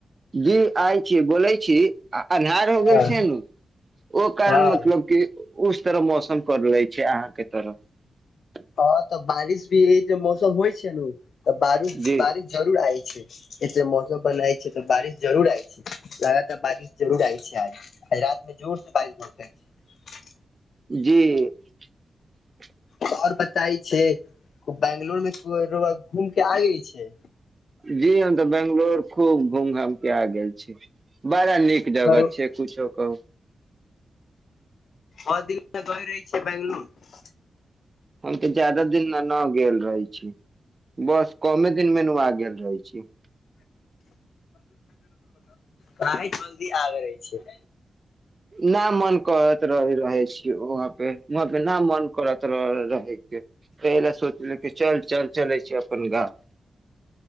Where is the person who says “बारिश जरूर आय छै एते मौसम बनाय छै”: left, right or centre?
Left